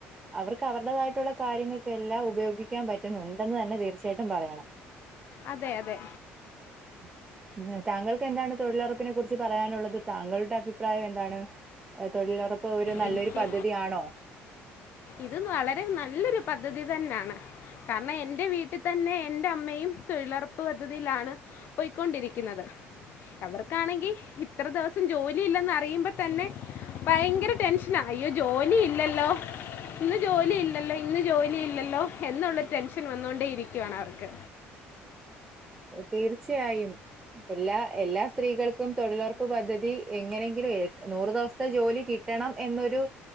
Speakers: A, on the right (about 20°); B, on the left (about 50°).
A: അവർക്ക് അവരുടേതായിട്ടുള്ള കാര്യങ്ങൾ. എല്ലാം ഉപയോഗിക്കാൻ പറ്റുന്നുണ്ടെന്ന് തന്നെ തീർച്ചയായിട്ടും പറയണം.
B: അതെ അതെ.
A: ഉം. ഉം താങ്കൾക്ക് എന്താണ് തൊഴിലുറപ്പിനെ കുറിച്ച് പറയാനുള്ളത് താങ്കളുടെ അഭിപ്രായം എന്താണ്. തൊഴിലുറപ്പ് ഒരു നല്ലൊരു
B: എനിക്ക്
A: പദ്ധതിയാണോ.
B: ഇത് വളരെ നല്ലൊരു പദ്ധതി തന്നാണ്. കാരണം എന്റെ വീട്ടിൽ തന്നെ എന്റെ അമ്മയും തൊഴിലുറപ്പ് പദ്ധതിയിലാണ്. പോയ്ക്കൊണ്ടിരിക്കുന്നത്. അവർക്കാണെങ്കിൽ ഇത്ര ദിവസം ജോലി ഇല്ലെന്ന് അറിയുമ്പോ തന്നെ. ഭയങ്കര ടെൻഷനാ അയ്യോ ജോലി ഇല്ലല്ലോ. ഇന്ന് ജോലി ഇല്ലല്ലോ ഇന്ന് ജോലി ഇല്ലല്ലോ എന്നുള്ളൊരു ടെൻഷൻ വന്നോണ്ടേ ഇരിക്കുവാണ് അവർക്ക്.
A: തീർച്ചയായും എല്ലാ എല്ലാ സ്ത്രീകൾക്കും തൊഴിലുറപ്പ് പദ്ധതി. എങ്ങനെങ്കിലും നൂറ് ദിവസത്തെ ജോലി കിട്ടണം എന്നൊരു.